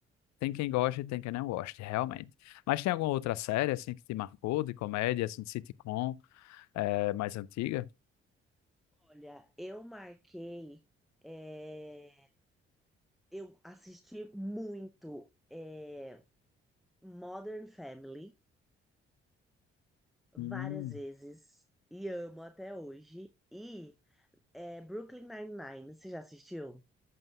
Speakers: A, on the left (about 65°); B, in the centre.
A: tem quem goste e tem quem não goste, realmente. Mas tem alguma outra série, assim, que te marcou, de comédia, assim, de sitcom, eh, mais antiga?
B: Olha, eu marquei, é, eu assisti muito, é, Modern Family várias
A: Hum.
B: vezes e amo até hoje. E É Brooklyn Nine-Nine, você já assistiu?